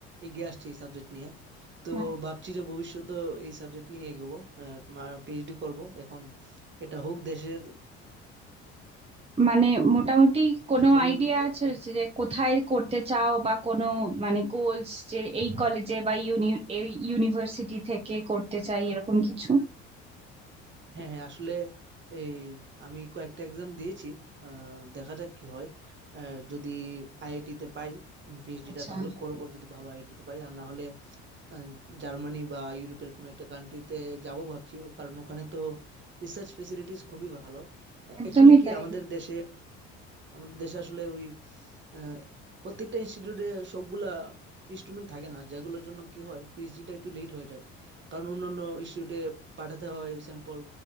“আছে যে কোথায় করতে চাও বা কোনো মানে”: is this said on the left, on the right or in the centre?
Right